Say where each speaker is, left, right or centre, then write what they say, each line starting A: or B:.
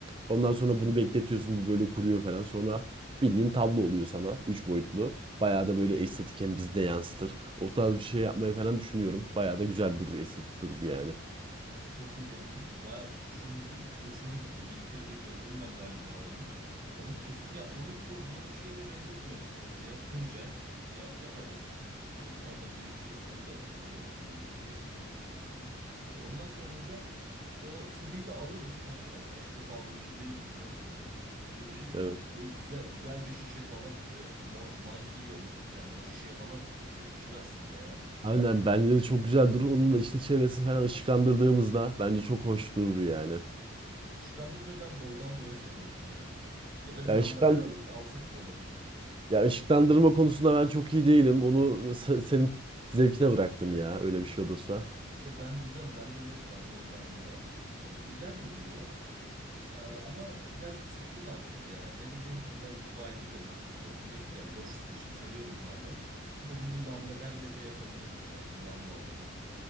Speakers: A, on the right; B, on the right.
A: Ondan sonra bunu bekletiyorsun. Bu böyle kuruyor falan. Sonra bildiğin tablo oluyor sana. Üç boyutlu. Bayağı da böyle estetik hem bizi de yansıtır. O tarz bir şey yapmayı falan düşünüyorum. Bayağı da güzel durur, estetik durur yani.
B: Kanka çok iyi dedin. Baya düşündüm, hoşuma gitti. Bir iki kere de gördüm ben galiba onu. Onu kesin yapmalıyız. Çok zor bir şeye de benzemiyor açıkçası ya. Kıracağız, ya- yaparız. Ee, sonra dizeceğiz. Onu da yaparız elimizi belimizi kesmeden bir şekilde. Ve ondan sonra da işte o sıvıyı da alırız kaç paraysa. Aşırı pahalı bir şey değildir zaten bence. Dökeriz.
A: Evet.
B: Böyle güzel güzel bir şişe falan böyle mon- monkey görmüştük seninle. O şişeye falan yakışır aslında ya.
A: Aynen bence de çok güzel durur. Onun da işte çevresini falan ışıklandırdığımızda bence çok hoş durur yani.
B: Evet, ışıklandırmayı ben boydan boya seviyorum ya. Ya da bir
A: Ya
B: lambader
A: ışıklan
B: al- alsak da olabilir.
A: Ya ışıklandırma konusunda ben çok iyi değilim. Onu se- senin zevkine bıraktım ya. Öyle bir şey olursa.
B: İşte ben biliyorum bende led var boydan boya. Ee, güzel duruyor. Ee, ama biraz sıktım artık ya. Ne bileyim biraz bir baydı beni artık led. Yine güzel loş ışık seviyorum hala. Ama bunu bir lambader lede yapabilirim ya. Bir lamba alırım.